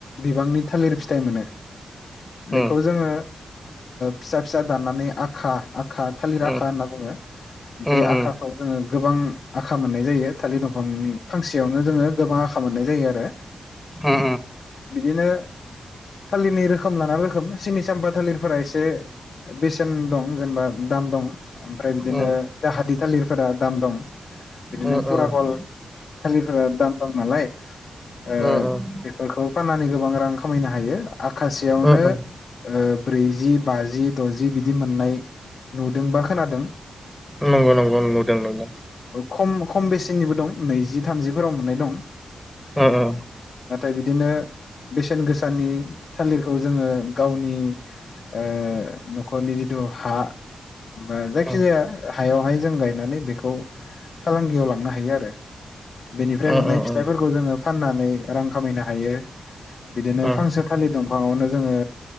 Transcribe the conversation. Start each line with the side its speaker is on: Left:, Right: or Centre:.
Left: बिबांनि थालिर फिथाइ मोनो बेखौ
Centre: उम
Left: जोङो फिसा फिसा दाननानै आखा आखा थालिर
Centre: उम
Left: आखा होनना बुङो बे
Centre: उम
Left: आखाखौ जोङो गोबां आखा मोननाय जायो थालिर दंफांनि फांसेयावनो जोङो गोबां आखा मोननाय जायो आरो
Centre: उम
Left: बिदिनो थालिरनि रोखोम लाना रोखोम सिनि साम्फा थालिरफोरा एसे बेसेन दं जेनेबा दाम दं ओमफ्राय बिदिनो
Centre: उम
Left: द हादिर थालिरफोरा दाम दं बिदिनो
Centre: उम उम
Left: पुरागल थालिरफोरा दाम दं नालाय ओ
Centre: उम उम
Left: बेफोरखौ फाननानै गोबां रां खामायनो हायो आखाासेयावनो।
Centre: उम
Left: ओ
Centre: उम
Left: ब्रैजि बाजि दजि बिदि मोननाय नुदोंबा खोनादों।
Centre: नंगौ नंगौ नुदों नंगौ।
Left: खम खम बेसेनिबो दं नैजि थामजिफोराव मोननाय दं।
Centre: ओ ओ
Left: नाथाय बिदिनो बेसेन गोसानि थालिरखौ जोङो गावनि। ओ न'खरनि जिथु हा बा जाय जायखिजाया
Centre: उम
Left: हायावहाय जों गायनानै बेखौ फालांगियाव लांनो हायो आरो। बेनिफ्राय
Centre: उम
Left: मोननाय
Centre: उम
Left: फिथाइफोरखौ जोङो फाननानै रां खामायनो हायो बिदिनो
Centre: उम
Left: फांसे थालिर दंफाङावनो जोङो